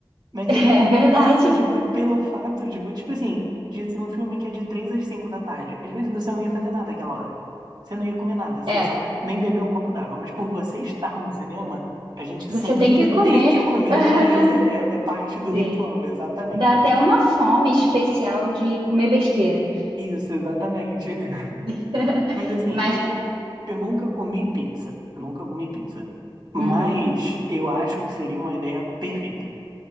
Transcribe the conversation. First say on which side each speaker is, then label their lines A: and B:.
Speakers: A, on the right (about 55°); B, on the right (about 80°).
A: Mas
B: <laughs> é
A: aí, pelo
B: verdade.
A: fato de, vo- pelo fato de, vo- tipo assim, de ser um filme que é de 3 às 5 da tarde, às vezes você não ia fazer nada aquela hora. Você não ia comer nada, você
B: É,
A: ia, sei lá, nem beber um copo d'água. Mas por você estar no cinema, a gente
B: você
A: sente
B: tem que
A: que tem
B: comer.
A: que comer
B: <laughs>
A: alguma coisa. É, é parte do ritual,
B: Sim.
A: exatamente.
B: Dá até uma fome especial de comer besteira.
A: Isso, exatamente. <laughs>
B: <laughs>
A: Mas assim,
B: Mas,
A: eu, eu nunca comi pizza. Eu nunca comi pizza. Mas
B: uhum,
A: eu acho que seria uma ideia perfeita.